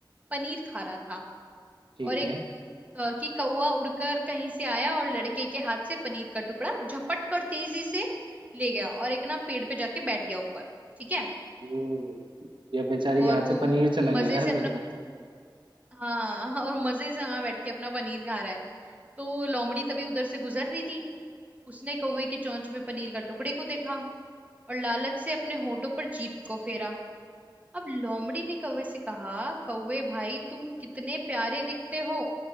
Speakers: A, on the right (about 20°); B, on the right (about 75°).
A: पनीर खा रहा था
B: ठीक
A: और एक
B: है
A: अ, कि कौवा उड़कर कहीं से आया और लड़के के हाथ से पनीर का टुकड़ा झपट कर तेजी से ले गया और एक ना पेड़ पे जाके बैठ गया ऊपर ठीक है
B: ओ, या बेचारी
A: और
B: के हाथ
A: वो
B: से पनीर चला गया
A: मजे
B: यार
A: से अपना
B: फिर तो
A: हाँ और मजे से वहां बैठ के अपना पनीर खा रहा है तो लोमड़ी तभी उधर से गुजर रही थी उसने कौवे की चोंच में पनीर का टुकड़े को देखा और लालच से अपने होठों पर जीभ को फेरा अब लोमड़ी ने कौवे से कहा कौवे भाई तुम कितने प्यारे दिखते हो